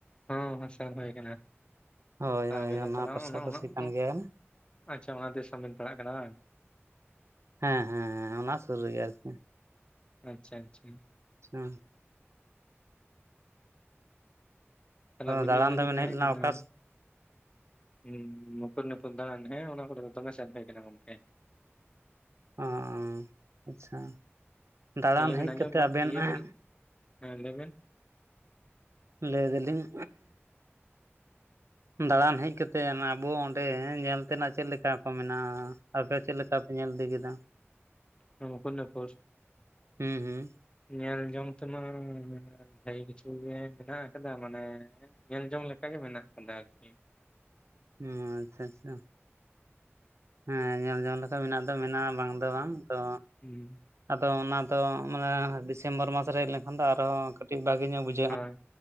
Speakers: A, on the left (about 20°); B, on the right (about 75°).
A: ᱦᱚᱸ ᱦᱚᱸ ᱥᱟᱵ ᱦᱳᱭ ᱠᱟᱱᱟ᱾
B: ᱦᱳᱭ
A: ᱟᱵᱤᱱ
B: ᱦᱳᱭ
A: ᱫᱚ ᱛᱟᱦᱞᱮ
B: ᱯᱟᱥᱟᱯᱟᱥᱤ
A: ᱚᱱᱟ ᱚᱱᱟ
B: ᱠᱟᱱ
A: ᱚᱸ
B: ᱜᱮᱭᱟ
A: ᱟᱪ-ᱪᱷᱟ ᱚᱱᱟ ᱫᱤᱥᱚᱢ ᱵᱤᱱ ᱯᱟᱲᱟᱜ ᱠᱟᱱᱟ ᱵᱟᱝ᱾
B: ᱦᱮᱸ ᱦᱮᱸ ᱦᱮᱸ ᱚᱱᱟ ᱥᱩᱨ ᱨᱮᱜᱮ ᱟᱨᱼᱠᱤ᱾
A: ᱟᱪ-ᱪᱷᱟ ᱟᱪᱪᱷᱟ᱾
B: ᱟᱪ-ᱪᱷᱟ᱾
A: ᱛᱟᱦᱞᱮ ᱟᱵᱤᱱ
B: ᱫᱟᱬᱟᱱ
A: ᱤᱭᱟᱹ
B: ᱫᱚᱵᱮᱱ
A: ᱜᱮᱵᱤᱱ ᱦᱮᱡ
B: ᱞᱮᱱᱟ
A: ᱠᱟᱱᱟ᱾
B: ᱚᱠᱟ
A: <unintelligible> <unintelligible> ᱫᱟᱲᱟᱱ, ᱦᱮᱸ ᱚᱱᱟ ᱠᱚᱼᱫᱚ ᱫᱚᱢᱮ ᱥᱟᱹᱨᱫᱤ ᱠᱟᱱᱟ ᱜᱚᱝᱠᱮ᱾
B: ᱚᱼᱚᱝ᱾ ᱟᱪᱪᱷᱟ, ᱫᱟᱬᱟᱱ
A: ᱤᱭᱟᱹ ᱵᱤᱱ
B: ᱦᱮᱡ
A: ᱟᱸᱡᱚᱢ
B: ᱠᱟᱛᱮ
A: ᱠᱟᱜ
B: ᱟᱵᱮᱱ
A: ᱤᱭᱟᱹ
B: ᱦᱟᱸᱜ,
A: ᱵᱤᱱ ᱞᱟᱹᱭ ᱵᱤᱱ
B: ᱞᱟᱹᱭ ᱫᱟᱹᱞᱤᱧ? ᱫᱟᱲᱟᱱ ᱦᱮᱡ ᱠᱟᱛᱮᱫ ᱟᱵᱚ ᱚᱸᱱᱰᱮ ᱧᱮᱞ ᱛᱮᱱᱟᱜ ᱪᱮᱫ ᱞᱮᱠᱟ ᱠᱚ ᱢᱮᱱᱟᱜᱼᱟ? ᱟᱯᱮ ᱪᱮᱫ ᱞᱮᱠᱟ ᱯᱮ ᱧᱮᱞ ᱤᱫᱤ ᱠᱮᱫᱟ?
A: ᱢᱩᱠᱩᱴᱢᱩᱱᱤᱯᱩᱨ,
B: ᱦᱩᱸ ᱦᱩᱸ
A: ᱧᱮᱞ ᱡᱚᱝ ᱛᱮᱢᱟ ᱵᱷᱟᱜᱮ ᱠᱤᱪᱷᱩ ᱜᱮ ᱢᱮᱱᱟᱜ ᱟᱠᱟᱫᱟ, ᱢᱟᱱᱮ ᱧᱮᱞ ᱡᱚᱝ ᱞᱮᱠᱟ ᱜᱮ ᱢᱮᱱᱟᱜ ᱠᱟᱫᱟ ᱟᱨᱠᱤ,
B: ᱦᱩᱸ, ᱟᱪᱪᱷᱟ ᱟᱪᱪᱷᱟ᱾ ᱦᱮᱸ ᱧᱮᱞ ᱡᱚᱝ ᱞᱮᱠᱟ ᱢᱮᱱᱟᱜ ᱫᱚ ᱢᱮᱱᱟᱜᱼᱟ ᱵᱟᱝ ᱫᱚ ᱵᱟᱝ, ᱛᱚ
A: ᱩᱸ,
B: ᱟᱫᱚ ᱚᱱᱟ ᱫᱚ ᱢᱟᱱᱮ ᱰᱤᱥᱮᱢᱵᱚᱨ ᱢᱟᱥ ᱨᱮ ᱦᱮᱡ ᱞᱮᱱᱠᱷᱟᱱ ᱫᱚ ᱟᱨᱦᱚᱸ ᱠᱟᱹᱴᱤᱡ ᱵᱷᱟᱜᱤ ᱧᱚᱜ ᱵᱩᱡᱷᱟᱜᱼᱟ᱾
A: ᱦᱚᱭ,